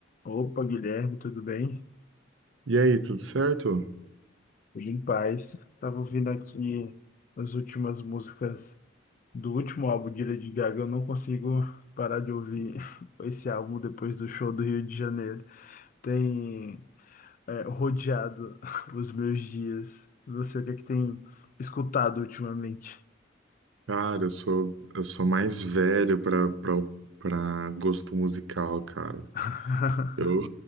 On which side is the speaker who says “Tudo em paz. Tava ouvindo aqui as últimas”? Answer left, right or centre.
Left